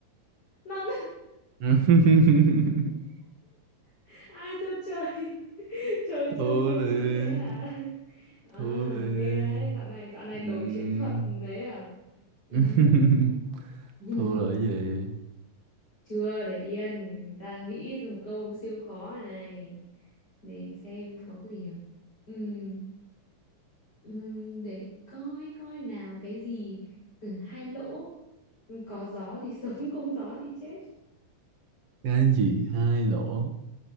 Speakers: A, on the left (about 30°); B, on the right (about 55°).
A: Non
B: <laughs>
A: <laughs> ai cho chơi <laughs> chơi
B: thua
A: chơi chơi
B: liền
A: chữ thế à? <laughs> À
B: thua liền
A: ghê đấy, dạo này dạo này
B: Ừm.
A: đổi chiến thuật đấy à. Ừ
B: <laughs>
A: hứ. <laughs>
B: thua là cái gì
A: chưa để yên để người ta nghĩ ra một câu siêu khó này để xem có cái gì nhỉ Ừm, ừm, để coi coi nào cái gì ừ, hai lỗ Ừ, có gió thì <laughs> sống không gió thì chết
B: cái gì hai lỗ